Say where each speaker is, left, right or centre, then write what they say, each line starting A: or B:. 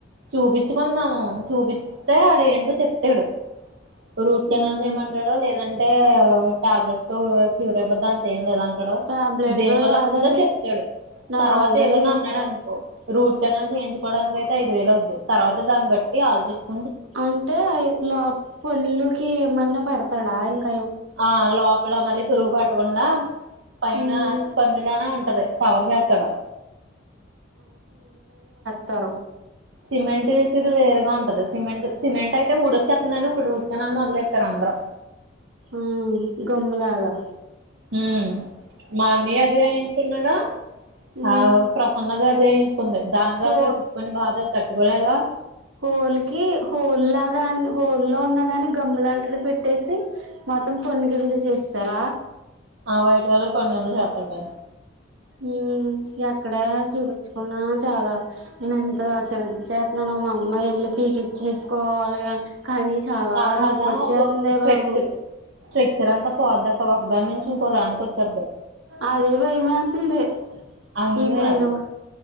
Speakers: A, on the right (about 65°); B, on the right (about 85°).
A: చూపించుకుందాము చూపితే అడి చెప్తాడు రూట్ కెనాల్స్
B: ఉమ్
A: ఏమంటాడో లేదంటే తే ట్యాబ్లట్స్తో క్యూర్ అయిపోద్ అంతే ఏం లేదంటాడు
B: టాబ్లెట్
A: దేని
B: తో
A: వల్ల
B: కాదు
A: అస్తుందో
B: అది
A: చెప్తాడు
B: నాకు
A: తర్వాత
B: ఆల్రెడీ
A: ఏదన్నా అన్నాడు అనుకో రూట్ కెనాల్ చేయించుకోవడానికి అైతే ఐదు వేల అవుది తర్వాత దాన్ని బట్టి ఆలోచించ
B: అంటే లో పళ్ళుకి ఏమన్నా పేడతాడా ఇంక
A: ఆ లోపల మళ్ళీ పురుగు పట్టకుండా పైన
B: ఉమ్
A: పన్నులానే ఉంటది కవర్ చేత్తడు
B: తరు
A: సిమెంట్ వేసేది వేరుేగా ఉంటది సిమెంట్ సిమెంట్ అయితే ఊడొచ్చేస్తుందని ఇప్పుడు రూట్ కెనాల్ మొదలెటార్ అందరు
B: ఆ గమ్ లాగా
A: ఉ మా అన్నియా అదే ఎయించుకున్నాడా
B: ఉమ్
A: ఆ ప్రసన్నగా అదే ఎయించుకుంది దానిగల్గా
B: హో
A: తిప్పుకొని బాధ తట్టుకోలే గా
B: హోల్లికి హోల్ లాగని హోలులో ఉన్నదాని గమ్ము లాంటిది పెట్టేసి మొత్తం పొన్ను కింద జేసేసర
A: ఆ వైట్ కలర్ పండు కింద చేత్తడు పైన్
B: ఊ ఏక్కడ చూపించుకున్నా చాలా నేను ఎంత గా శ్రద్ధ చేస్తున్నానుో మా అమ్మాయి ఎల్లి పీకిఇచ్చేసుకోవాలి గా కానీ చాలా
A: దాని
B: నొప్పొచేతందే
A: వల్ల ఒక స్ట్రక్చర్
B: బాబు
A: స్ట్రక్చర్ అంతా పోద్దక్క ఒకదాని నుంచి ఇంకో దానికి వచ్చేద్ది
B: అదే భైయమేత్తుంది
A: అందుకే
B: ఈ పొన్ను